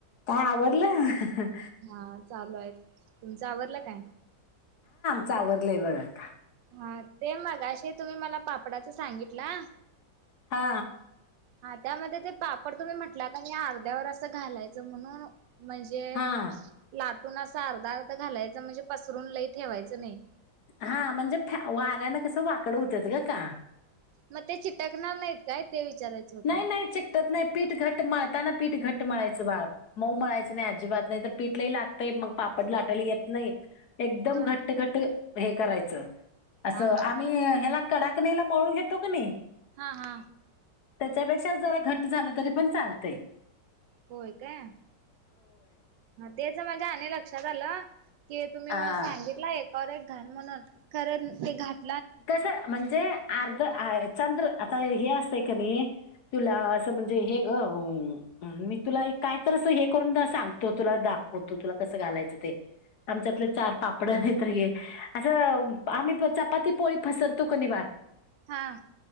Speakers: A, on the left; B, on the right.
A: काय आवरलं
B: हा चालू आहेत. तुमचं आवरलं काय
A: आमच आवरले बघ आता
B: हा ते मगाशी तुम्ही मला पापडाचं सांगितला
A: हा
B: हा त्यामध्ये ते पापड तुम्ही म्हटला कणी अर्ध्यावर असं घालायच म्हणून म्हणजे
A: हा
B: लाटून असा अर्धा अर्ध घालायच म्हणजे पसरून लय ठेवायचं नाही
A: हा म्हणजे वाऱ्यान कसं वाकड होतात ग अक्का
B: मग ते चिटाकणार नाहीत काय ते विचारायचं होतं
A: नाही नाही चिकटत नाही पीठ घट मळताना पीठ घट्ट मळायचं बाळ मऊ मळायच नाही अजीबात नाही तर पीठ लय लागतय मग पापड लाटायला येत नाही एकदम
B: होय
A: घट्ट घट्ट हे करायचं असं
B: हा हा
A: आम्ही ह्याला कडा कनीला मळून घेतो कणी
B: हा हा
A: त्याच्यापेक्षा जरा घट्ट झालं तरी पण चालतय
B: होय काय तेच माझ्या आणि लक्षात आलं की तुम्ही
A: आ
B: मला सांगितला एकावर एक घाल म्हणून खरं ते घात
A: कस म्हणजे अर्ध चंद्र आता हे असतंय कणी तुला असं म्हणजे हे ग मी तुला काय तर असं हे करून सांगतो तुला द दाखवतो तुला कसं घालायचं ते आमच्यातले चार पापड नाही तर हे असं आम्ही चपाती पोळी फसरतो कनि बाळ
B: हा